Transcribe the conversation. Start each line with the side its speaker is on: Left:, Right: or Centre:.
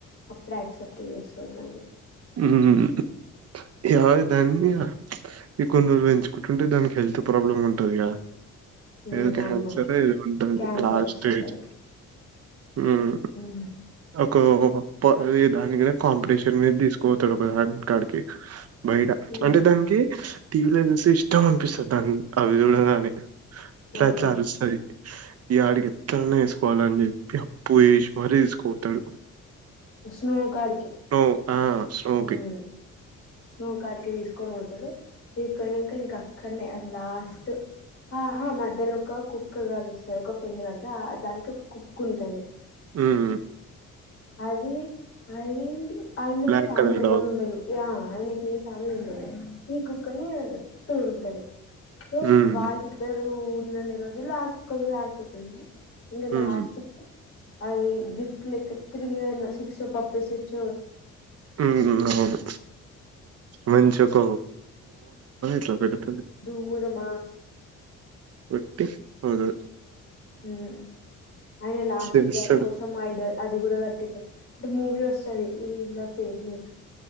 Left: అప్పుడ యాక్సెప్ట్ చేస్తాడు దాన్ని
Right: మ్ ఎడా దాన్ని ఈ కొన్ని రోజులు పెంచుకుంటుంటే దానికి హెల్త్ ప్రాబ్లమ్ ఉంటదిగా
Left: ఉమ్
Right: ఏదో క్యాన్సర్
Left: అవునవును
Right: ఏది ఉంటది
Left: క్యాన్సర్
Right: లాస్ట్
Left: వస్తది
Right: స్టేజ్
Left: దానికి
Right: మ్
Left: ఉమ్
Right: ఒక ప ఏ దానిగ కాంపిటీషన్ మీద తీసుకో పోతాడు ఒక <unintelligible> కాడికి బయట
Left: ఉమ్
Right: అంటే దానికి టీవీలో చూస్తే ఇష్టం అనిపిస్తుంది దాన్ని అవి చూడం గాన ఇట్లా
Left: అవునవును
Right: ఇట్లా అరుస్తుంది ఈ ఆడికి ఎట్లాయి ఆ వేసుకోవాలని చెప్పి అప్పుూ ఏష్ మరి కోటడు
Left: స్లో కాలికె
Right: ఉ ఆ స్నోకి
Left: హుమ్ స్నో కార్డ్ కి తీసుకొని పోతడు తీసుకుక ఇంక అక్కడనే లాస్ట్ ఆహ మధ్యలో ఒక కుక్ కలిస్తంది ఒక ఫ్రెండ్ కా దానికి కుక్క ఉంటుంది
Right: ఉమ్
Left: అది అరె అయినక
Right: బ్లాక్
Left: ఫామిలీ
Right: కలర్
Left: ఎవడు
Right: డాగ్
Left: ఉండదు యా ఆయనకి ఏ ఫ్యామిలీ ఉండదు ఈ కుక్కనే తోడు ఉంటది సో
Right: హ్మ్
Left: వాళ్ళిద్దరూ ఉన్నన్ని రోజుల్లో ఆ కుక్క ఆకుతుంది ఇంగ
Right: హ్మ్
Left: లాస్ట్ అది గిఫ్ట్ లెక్క త్రీ ఇయన్ సిక్స్ కప్స్ ఇచ్చ
Right: ఊహు అవును మంచింగ <unintelligible> ప
Left: దూరమ
Right: ఒట్టి ఫుడ్
Left: మ్ అయి లాస్ట్
Right: ఏడుస్తాడు
Left: దానికోసం ఐదొ అది కూడ కట్టేసారు ట్ మూవీస్ సరే ఈ ఇల్ల పేర్లె